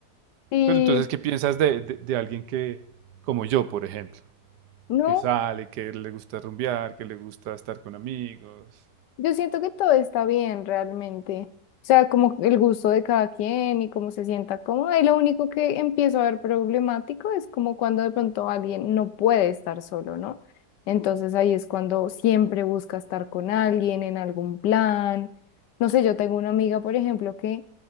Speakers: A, on the left; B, on the right.
A: Sí.
B: Pero entonces, ¿qué piensas de, de- de alguien que, como yo, por ejemplo,
A: No,
B: que sale, que le gusta rumbear, que le gusta estar con amigos?
A: Yo siento que todo está bien realmente. O sea, como el gusto de cada quien y cómo se sienta cómoda. Y lo único que empiezo a ver problemático es como cuando de pronto alguien no puede estar solo, ¿no? Entonces ahí es cuando siempre busca estar con alguien en algún plan. No sé, yo tengo una amiga, por ejemplo, que